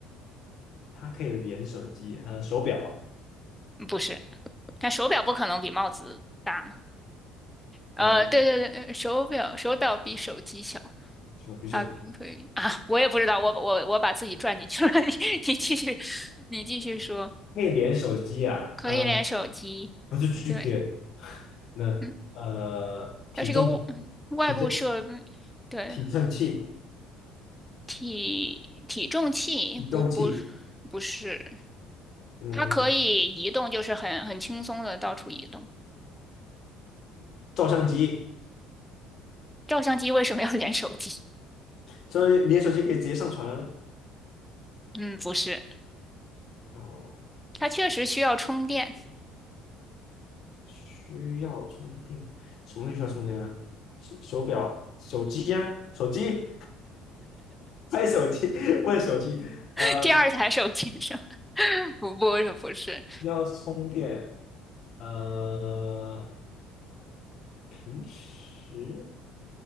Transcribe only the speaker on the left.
它可以连手机，呃，手表
哦，
手比手，
可以连手机啊，
呃，不是 g
p S，那呃，
体重、
体重、
体称器、
体重器，
嗯，
照相机，
所以你的手机可以直接上传，
然后
需要充电，什么东西需要充电啊？手手表、手机呀、手机拍手机，<laughs> 问手机，
呃，
需要充电，呃。平时